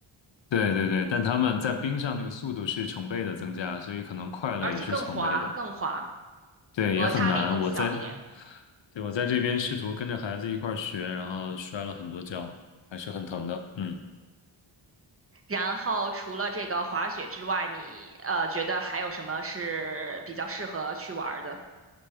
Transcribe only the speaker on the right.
而且更滑更滑，
摩擦力更小一点。
然后除了这个滑雪之外，你呃觉得还有什么是比较适合去玩儿的？